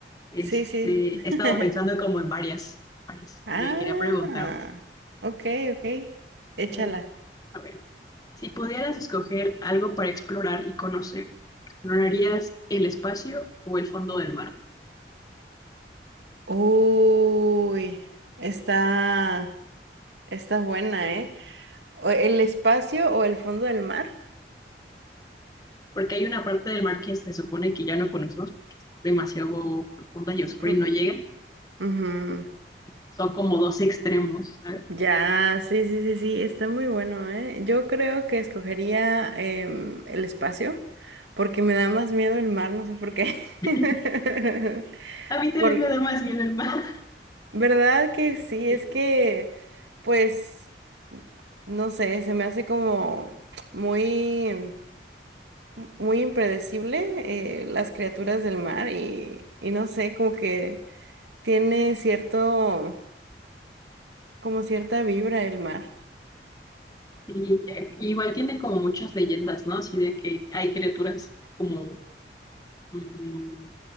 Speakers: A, on the left; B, on the right.
A: Este,
B: sí, sí. <laughs>
A: he estado pensando como en varias, varias
B: Ah,
A: que quería preguntarte.
B: ok, ok. Échala.
A: Eh, a ver, si pudieras escoger algo para explorar y conocer, ¿explorarías el espacio o el fondo del mar?
B: Uy, está, está buena, ¿eh? O- ¿El espacio o el fondo del mar?
A: Porque hay una parte del mar que se supone que ya no conocemos porque es demasiado profunda y oscura
B: Profundo.
A: y no llega.
B: profu-
A: Son como dos extremos, ¿sabes?
B: Ya, sí, sí, sí, sí, está muy bueno, ¿eh? Yo creo que escogería em, el espacio, porque me da más miedo el mar, no sé por qué.
A: <laughs>
B: <laughs>
A: A mí también
B: Por,
A: me da más miedo el mar.
B: ¿verdad que sí?
A: Y,
B: Es que, pues, no sé, se me hace como muy, muy impredecible eh, las criaturas del mar y, y no sé, como que tiene cierto, como cierta vibra el mar.
A: y- y igual tiene como muchas leyendas, ¿no? Así de que hay criaturas como mm,